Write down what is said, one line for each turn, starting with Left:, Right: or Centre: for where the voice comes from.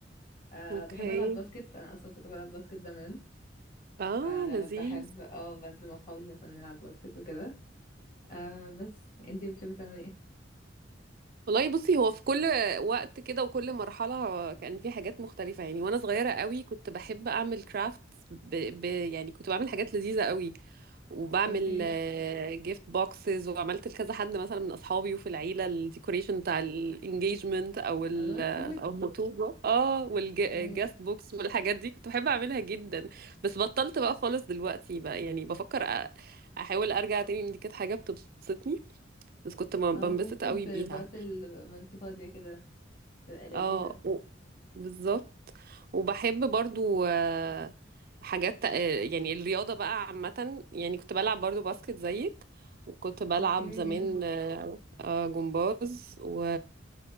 Left: أه
Right: اوكي
Left: بحب ألعب باسكت أنا أصلا كنت بلعب باسكت زمان
Right: اه
Left: فبحب
Right: لذيذ
Left: اه بنزل مع اصحابي مثلا نلعب باسكت وكده آه بس انتي بتحبي تعملي ايه
Right: والله بصي هو في كل وقت كده وكل مرحلة كان في حاجات مختلفة يعني وأنا صغيرة قوي كنت بحب أعمل كرافت ب... ب... يعني كنت بعمل حاجات لذيذة قوي وبعمل
Left: اوكي
Right: جيفت بوكسز وعملت لكذا حد مثلا من أصحابي وفي العيلة الديكوريشن بتاع الانجيجمنت أو ال...
Left: الله كيوت
Right: أو الخطوبة اه والجاست
Left: ايوه
Right: بوكس والحاجات دي كنت بحب أعملها جدا بس بطلت بقى خالص دلوقتي بقى يعني بفكر أ... أحاول أرجع تاني لأن دي كانت حاجة بتبسطني بس كنت ما-
Left: اه
Right: بنبسط
Left: ممكن
Right: قوي
Left: في,
Right: بيها
Left: في وقت ال- ما انتي فاضية كده تبقى لذيذة
Right: اه و- بالظبط وبحب برضو آه، حاجات آه، يعني الرياضة بقى عامة يعني كنت بلعب برضو باسكت زيك وكنت بلعب
Left: اوكي
Right: زمان
Left: جامد
Right: آه، آه، جمباز و...